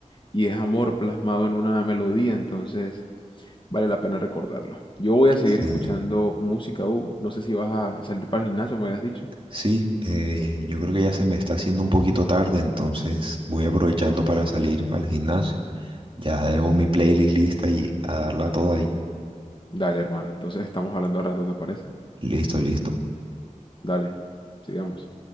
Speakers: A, on the left; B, on the right.
A: y es amor plasmado en una melodía, entonces vale la pena recordarlo. Yo voy a seguir
B: sí,
A: escuchando música, Hugo. No sé si vas a salir para el gimnasio, me habías dicho.
B: sí, eh, yo creo que ya se me está haciendo un poquito tarde, entonces voy aprovechando para salir al gimnasio. Ya debo mi playlist lista y a darla toda ahí.
A: Dale, hermano. Entonces estamos hablando a rato, ¿te parece?
B: Listo, listo.
A: Dale, sigamos.